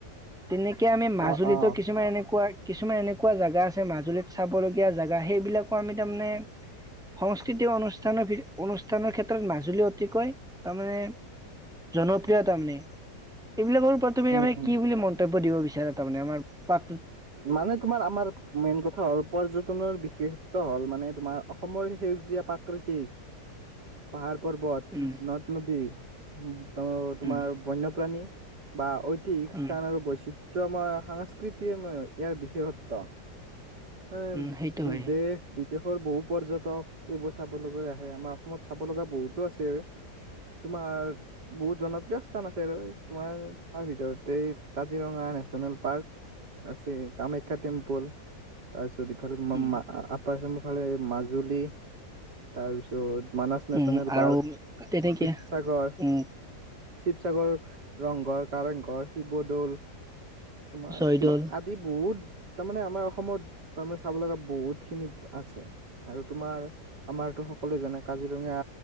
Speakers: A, in the centre; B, on the right.
A: তেনেকে আমি মাজুলীতো
B: অ', অ'।
A: কিছুমান এনেকুৱা কিছুমান এনেকুৱা জাগা আছে মাজুলীত চাবলগীয়া জাগা সেইবিলাকো আমি তাৰমানে সংস্কৃতি অনুষ্ঠানৰ, অনুষ্ঠানৰ ক্ষেত্ৰত মাজুলী অতিকৈ তাৰমানে জনপ্ৰিয় তাৰমানে। এইবিলাকৰ ওপৰত তুমি
B: উম,
A: মানে
B: উম,
A: কি বুলি মন্তব্য দিব বিচ এ তাৰমানে আমাৰ পাত
B: মানে তোমাৰ আমাৰ মেইন কথা হ'ল, পৰ্যটনৰ বিশেষত্ব হ'ল মানে তোমাৰ অসমৰ সেউজীয়া পাত প্ৰাকৃতিক পাহাৰ পৰ্বত,
A: উম
B: নদ-নদী উম। ত, তোমাৰ
A: উম
B: বন্যপ্ৰাণী বা
A: উম
B: স্থান আৰু বৈচিত্ৰ ত মই সাংস্কৃতি ইয়াৰ বিশেষত্ব। অ',
A: উম সেইটো হয়
B: দেশ বি দেশৰ বহু পৰ্যটক এইবোৰ চাবলৈ আহে। আমাৰ অসমত চাব লগা বহুতো আছে। তোমাৰ বহুত জনপ্ৰিয় স্থান আছে আৰু। তোমাৰ তাৰ ভিতৰতে কাজিৰঙা নেচনেল পাৰ্ক আছে। কামাখ্যা টেম্পল। তাৰ যদি ইফালে মই
A: উম
B: মা ফালে মাজুলী। তাৰপিছত মানাস নেশচনেল
A: উম
B: পাৰ্ক,
A: আৰু তেনেকে
B: শিৱসাগৰ
A: উম
B: চিপসাগৰৰ ৰংঘৰ, কাৰেংঘৰ, শিৱদৌল। তোমাৰ
A: জয়দৌল
B: আদি বহুত। তাৰমানে আমাৰ অসমত তাৰমানে চাব লগা বহুতখিনি আছে। আৰু তোমাৰ আমাৰতো সকলোৱে জানে কাজিৰঙা